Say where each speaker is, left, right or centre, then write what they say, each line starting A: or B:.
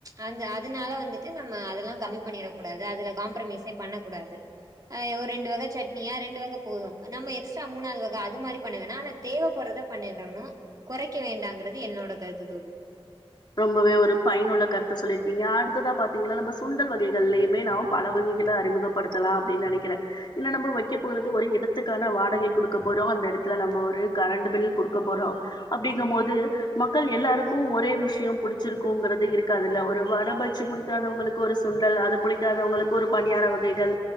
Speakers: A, on the right; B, on the left.
A: அந்த அதனால வந்துட்டு நம்ம அதெல்லா கம்மி பண்ணிரக்கூடாது அதுல காம்ப்ரமிஸ் ஏ பண்ணக்கூடாது ஆ எவ் ரெண்டு வக சட்னியா ரெண்டு வக போது நம்ம எக்ஸ்ட்ரா மூணாது வக அது மாரி பண்ண வேணா ஆனா தேவப்படுத பண்ணிடனும் குறைக்க வேண்டாங்கிறது என்னோட கருத்து தோழி
B: ரொம்பவே ஒரு பயனுள்ள கருத்த சொல்லியிருக்கீங்க அடுத் அடுத்ததா பாத்தீங்கன்னா நம்ம சுண்டல் வகைகள்லையுமே நாம் பல வகைகளை அறிமுகப்படுத்தலா ஆப்டின்னு நெனைக்கிறேன் இல்ல நம்ம வைக்க போறது ஒரு இடத் இத்துக்கான வாடகை கொடுக்க போறோம் அந்த இடத்துல நம்ம ஒரு கரண்ட் பில் குடுக்க போறோம் அப்டிங்கும் போது மக்கள் எல்லாருக்கும் ஒரே விஷ் பிடிச்சிருக்கும்ங்கிறது இருக்காதுல்ல ஒரு வட பச்சி பிடிக்காதவங்களுக்கு ஒரு சுண்டல் அது பிடிக்காதவங்களுக்கு ஒரு பணியார வகைகள்